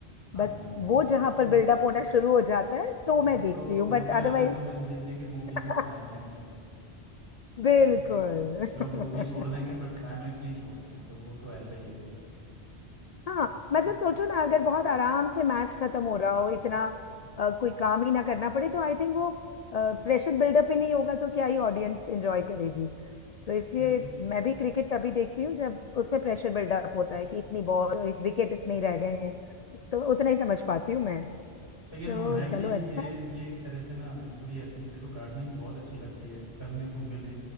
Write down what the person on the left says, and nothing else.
बस
वो
जहां
पर बिल्डअप होना शुरू हो जाता है तो
मैं देखती
हूँ
बट
अदरवाइज
<laughs>
बिल्कुल
<laughs>
हाँ
मतलब सोचो ना अगर बहुत आराम से मैच खत्म हो रहा हो इतना अ, कोई काम ही ना करना पड़े तो आई थिंक वो प्रेशर बिल्डअप ही नहीं होगा तो क्या ही ऑडियंस एंजॉय करेगी तो इसलिए
मैं भी क्रिकेट तभी देखती हूँ जब उसमें प्रेशर बिल्डअप होता है कि इतनी बॉल और विकेट इतने ही रह गए हैं तो उतना ही समझ पाती हूँ मैं तो
चलो
अच्छा